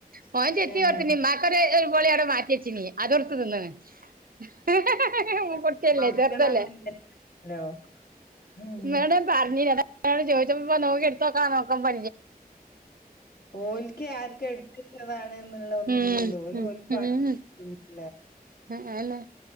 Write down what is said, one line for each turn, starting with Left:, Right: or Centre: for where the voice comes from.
Right: മോന ചെത്തി
Left: ഏഹ്
Right: കൊട്ത്തെന് ഒരുപോളി അവിടെ മാറ്റി വെചീന് അതും ഇടുത്ത് തിന്ന്ക്കണ് <unintelligible> കുട്ടിയല്ലേ
Left: മക്കളങ്ങനെ
Right: ചെറുതല്ലേ
Left: തന്നെയാണല്ലോ ഉം
Right: എന്നട പറഞ്ഞോട് ചോദിച്ചപ്പോപ്പ നോക്കി എടുത്ത്ക്കാ നോക്കാൻ പ
Left: ഓൽക്ക ആർക്ക എടുത്തചതാണ് എന്നുള്ള ഒന്നുമല്ലല്ലോ
Right: ഉം
Left: ഓല
Right: ഉം
Left: ഓൽക്കു
Right: ഉം
Left: തിന്ല്ലേ
Right: ആഹ് അയന്നെ